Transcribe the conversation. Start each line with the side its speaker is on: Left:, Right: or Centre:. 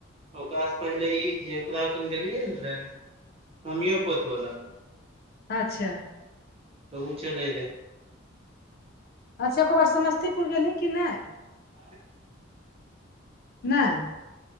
Right: ओकरा स पहिले ई जेकरा क गेलियै हन ने होमियोपथ बलाऽ
Left: अच्छा
Right: तो चलै रै
Left: अच्छा एको बार समस्तीपुर गेलही कि नय
Right: आ
Left: नय